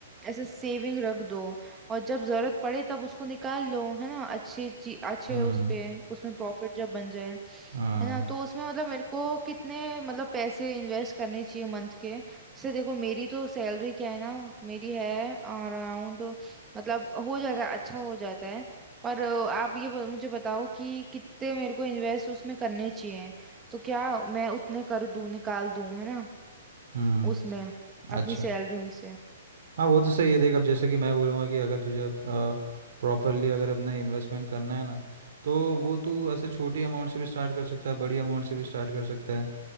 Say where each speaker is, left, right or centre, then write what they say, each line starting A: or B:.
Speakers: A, on the right (about 15°); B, on the right (about 70°).
A: ऐसे सेविंग रख दो और जब जरूरत पड़े तब उसको निकाल लो है ना अच्छी ची अच्छे
B: हम्म
A: उस पे उसमें प्रॉफिट जब बन जाए
B: हाँ
A: है ना तो उसमें मतलब मेरे को कितने मतलब पैसे इन्वेस्ट करने चाहिए मंथ के जैसे देखो मेरी तो सैलरी क्या है ना मेरी है अराउंड मतलब हो जाता है अच्छा हो जाता है पर अ, आप ये ब- मुझे बताओ कि कितने मेरे को इन्वेस्ट उसमें करने चाहिए तो क्या मैं उतने कर दूं निकाल दूं है ना
B: हम्म
A: उसमें अपनी
B: अच्छा
A: सैलरी में से
B: हाँ वो तो सही है देख अब जैसे कि मैं बोलूँगा कि अगर तुझे प्रॉपरली अगर अपना इन्वेस्टमेंट करना है ना तो वो तू ऐसे छोटी अमाउंट से भी स्टार्ट कर सकता है बड़ी अमाउंट से भी स्टार्ट कर सकता है